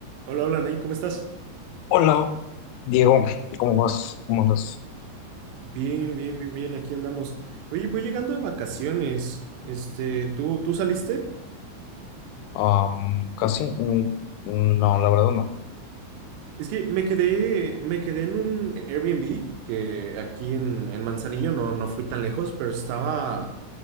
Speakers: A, on the right; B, on the left.
A: Hola, hola, Nain, ¿cómo estás?
B: Hola, Diego, ¿cómo vas? ¿Cómo andas?
A: Bien, bien, bien, bien, aquí andamos. Oye, voy llegando de vacaciones. Este, ¿tú, tú saliste?
B: Am, casi, mm, no, la verdad no.
A: Es que me quedé, me quedé en un Airbnb que aquí en, en Manzanillo no, no fui tan lejos, pero estaba,